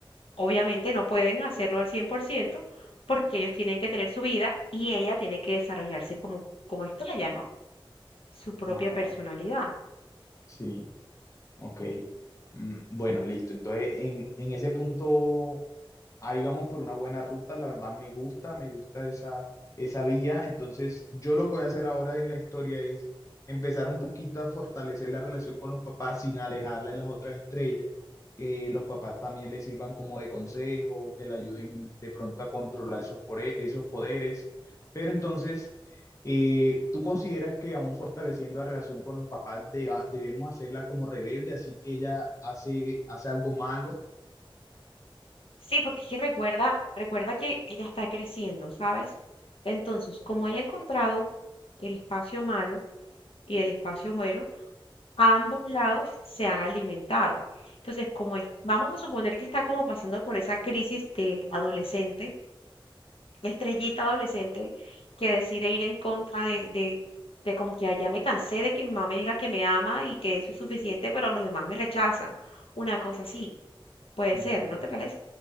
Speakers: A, on the left; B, on the left.
A: Obviamente no pueden hacerlo al 100% porque ellos tienen que tener su vida y ella tiene que desarrollarse como, como estrella, ¿no? Su propia
B: Ajá,
A: personalidad.
B: sí, ok. Mm, Bueno, listo. Entonces, en, en ese punto, ahí vamos por una buena ruta. La verdad, me gusta, me gusta esa, esa vía. Entonces, yo lo que voy a hacer ahora en la historia es empezar un poquito a fortalecer la relación con los papás sin alejarla de las otras estrellas. Que los papás también les sirvan como de consejo, que le ayuden de pronto a controlar esos, pore- esos poderes. Pero entonces... Eh, ¿tú consideras que aún fortaleciendo la relación con los papás deba- debemos hacerla como rebelde, así que ella hace, hace algo malo?
A: Sí, porque es que recuerda, recuerda que ella está creciendo, ¿sabes? Entonces, como haya encontrado el espacio malo y el espacio bueno, a ambos lados se han alimentado. Entonces, como es- vamos a suponer que está como pasando por esa crisis de adolescente, la estrellita adolescente, que decide ir en contra de, de, de como que "Ay, ya me cansé de que mi mamá me diga que me ama y que eso es suficiente, pero los demás me rechazan. Una cosa así. Puede
B: Ujú.
A: ser, ¿no te parece?